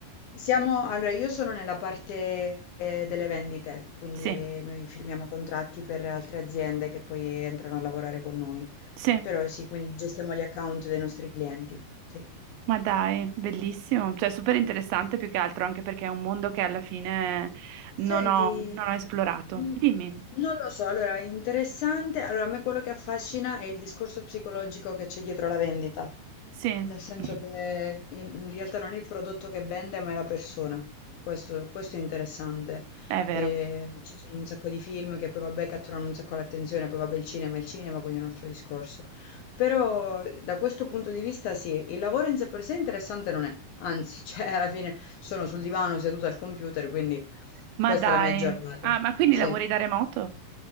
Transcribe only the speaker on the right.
Sì,
sì.
Ma dai, bellissimo, cioè super interessante più che altro, anche perché è un mondo che alla fine
non ho, non ho esplorato.
Dimmi,
sì,
<laughs>
è vero.
Ma
dai,
ah, ma quindi
lavori da remoto?